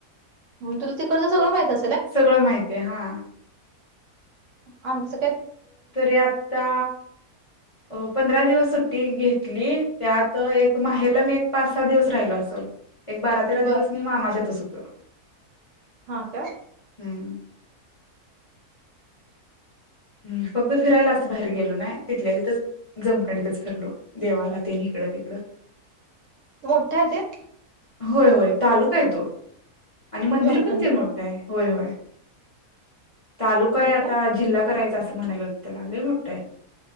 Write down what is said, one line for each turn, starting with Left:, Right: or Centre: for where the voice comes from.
Right: मग तुला तिकडं सगळं माहितचं
Left: सगळं माहतीय आहे हा
Right: आमच
Left: तरी आता अ पंधरा दिवस सुट्टी घेत ली त्यात एक माहेरला मी एक पाच सहा दिवस राहिल असल एक बारा तेरा
Right: बर
Left: दिवस मी मामाच्यातस तर
Right: हा का
Left: हम् हम् फक्त फिरायला असं बाहेर गेलो नाही. तिथल्या तिथंच जमखंडीतच फिरलो देवाला तीन इकडं तिकडं
Right: <unintelligible>
Left: होय होय तालुका आहे तो, आणि मंदिर
Right: जमखंडी
Left: पण ते मोठं आहे. व्हय व्हय तालुकाये
Right: मोठा
Left: आता जिल्ह्यात चा अस म्हणायला ल त्याला लई मोठये